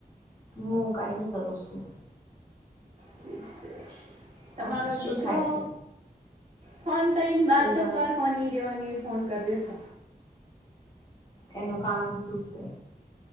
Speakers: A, on the left; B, on the right.
A: મુ કઈ નઈ કરું છું.
B: ઠીક છે તમારો
A: ઓર શું
B: દીકરો
A: થાય છે
B: ફોન કરીને બાત
A: પેલો
B: તો કર કોની રહેયોની ફોન કર્યો તો
A: એનું કામ શું સે.